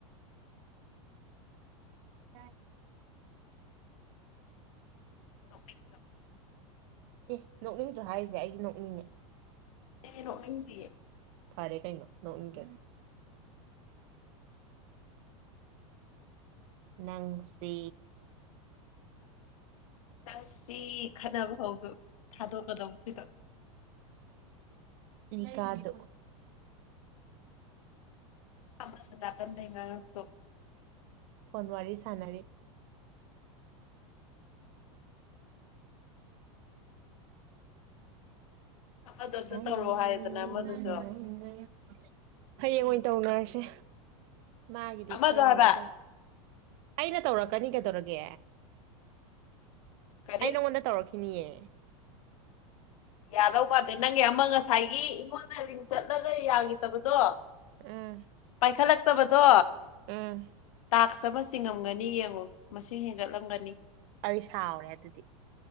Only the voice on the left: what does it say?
ꯅꯣꯛꯅꯤꯡꯗꯣ
ꯑꯩꯗꯤ ꯅꯣꯛꯅꯤꯡ ꯗꯤꯌꯦ
ꯅꯪ ꯁꯤ ꯈꯠꯅꯕ ꯍꯧꯗꯣ ꯊꯥꯗꯣꯛꯀꯗꯧꯕꯁꯤꯗ
ꯑꯃꯁꯨ ꯅꯥꯀꯟ ꯗꯩꯩ ꯉꯥꯡꯉꯛ ꯇꯣ
ꯑꯃꯗꯣ ꯑꯝꯇ
ꯇꯧꯔꯛꯑꯣ ꯍꯥꯏꯗꯅ
ꯑꯃꯗꯨꯁꯨ
ꯑꯃꯗꯣ
ꯍꯥꯏꯕ
ꯀꯔꯤ
ꯌꯥꯗꯧ ꯃꯥꯟꯗꯦ ꯅꯪꯒꯤ ꯑꯃ ꯉꯁꯥꯏꯒꯤ ꯑꯩꯉꯣꯟꯗ ꯔꯤꯡ ꯆꯠꯂꯒ ꯌꯥꯒꯤꯗꯕꯗꯣ
ꯄꯥꯏꯈꯠꯂꯛꯇꯕꯗꯣ
ꯇꯥꯛꯁ ꯑꯃ ꯆꯤꯡꯉꯝꯒꯅꯤ ꯌꯦꯡꯉꯣ ꯃꯁꯤꯡ ꯍꯦꯟꯒꯠꯂꯝꯒꯅꯤ